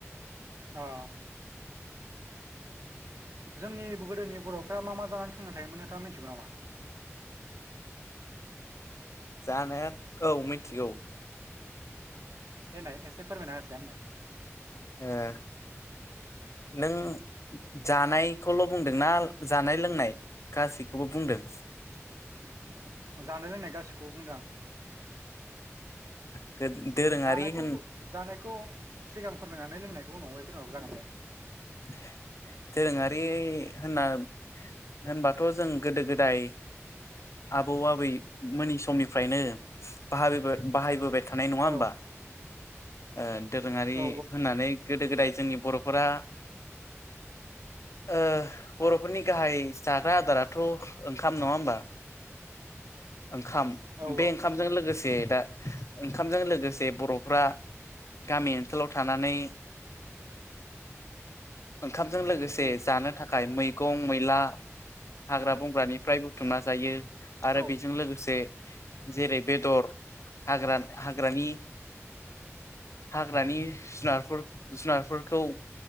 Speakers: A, on the right (about 80°); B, on the left (about 65°).
A: अ जोंनि गोदोनि बर'फ्रा मा मा जानानै थांना थायोमोन नोंथाङा मिथिगौ नामा?
B: जानो औ मिनथिगौ।
A: देनाय एसे फोरमायना होसाय आंनो।
B: ओ नों जानायखौल' बुंदोंना जानाय लोंनाय गासैखौबो बुंदों?
A: <inaudible> जानो रोंनाय गासिखौबो बुंदों आं।
B: ओ दोरोङारि
A: जानायखौ
B: होन
A: जानायखौ सिगां फोरमायनानै लोंनायखौ उनावहाय फोरमायबाबो जागोन दे।
B: <inaudible> दोरोङारि होनना होनबाथ' जों गोदो गोदाय आबौ आबै मोननि समनिफ्रायनो बाहाबोबा बाहायबोबाय थानाय नङा होमबा
A: औ
B: ओ दोरोङारि
A: औ
B: होननानै गोदो गोदाय जोंनि बर' फोरा ओ बर'फोरनि
A: औ
B: गाहाइ जाग्रा आदाराथ' ओंखाम नङा होमबा? ओंखाम
A: औ औ
B: बे ओंखामजों लोगोसे दा ओंखामजों लोगोसे बर'फ्रा गामि ओनसोलाव थानानै
A: <inaudible>
B: ओंखामजों लोगोसे
A: उम
B: जानो थाखाय मै गं मैला हाग्रा बंग्रानिफ्राय बुथुमना जायो आरो
A: औ
B: बेजों लोगोसे जेरै बेदर हाग्रा-हाग्रानि हाग्रानि जुनारफोर जुनारफोरखौ